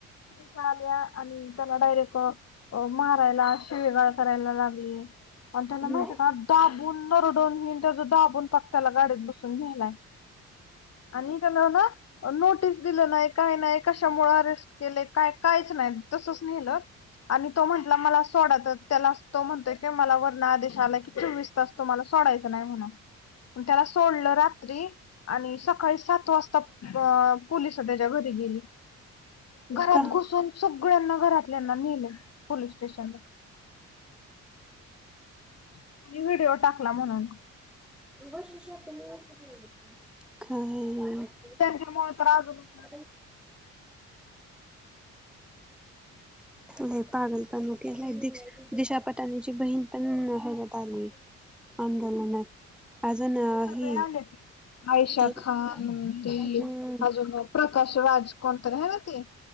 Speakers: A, on the left (about 55°); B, in the centre.
A: त्या आल्या, आणि त्याला डायरेक्ट अ, मारायला, शिवीगाळ करायला लागली. आणि, त्याला
B: हम्म
A: माहिती आहे का? दाबून, नरड, हिन त्याच दाबून, पाक त्याला गाडीत बसवलं. नेलाय, आणि त्याला ना, नोटीस दिलं नाही, काय नाय, कशामुळे अरेस्ट केलंय काय, काहीच नाही, तसंच नेलं. आणि, तो म्हंटला मला सोडा, तर त्यालाच तो म्हणतोय की, मला वरन आदेश आला की, चोवीस, तसं, तुम्हाला सोडायच नाही म्हणून, त्याला सोडलं रात्री. आणि सकाळी सात वाजता, अ, पोलीस त्याच्या घरी गेली. घरात
B: का
A: घुसून, सगळ्यांना, घरातल्यांना नेलं, पोलीस स्टेशनला. त्यांनी व्हिडिओ, टाकला म्हणून.
B: <unintelligible>
A: त्यांच्यामुळे तर, अजून,
B: <unintelligible> लई पागल पणा केलाय, दि, दिशा पटाणीची बहीण पण, ह्याच्यात आली. आंदोलनात. अजून
A: सगळी
B: ही
A: आलाती, आयशा
B: ती
A: खान नं ती
B: हम्म
A: अजून प्रकाश राज कोणतरी आहे ना ते.